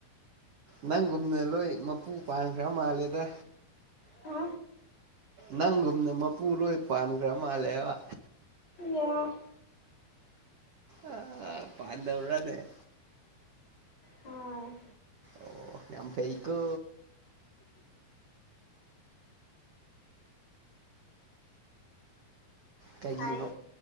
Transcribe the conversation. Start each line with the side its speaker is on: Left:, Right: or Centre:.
Right: ꯅꯪꯒꯨꯝꯅ ꯂꯣꯏ ꯃꯄꯨ ꯄꯥꯟꯈ꯭ꯔ ꯃꯥꯜꯂꯦꯗ
Left: ꯍꯥ
Right: ꯅꯪꯒꯨꯝꯅ ꯃꯄꯨ ꯂꯣꯏ ꯄꯥꯟꯈ꯭ꯔ ꯃꯥꯜꯂꯦꯕ
Left: ꯌꯥ
Right: ꯑ ꯄꯥꯟꯗꯧꯔꯅꯦ
Left: ꯍꯣꯏ
Right: ꯑꯣ ꯌꯥꯝ ꯐꯍꯤꯀꯣ ꯀꯩꯒꯤ
Left: ꯍꯥꯏ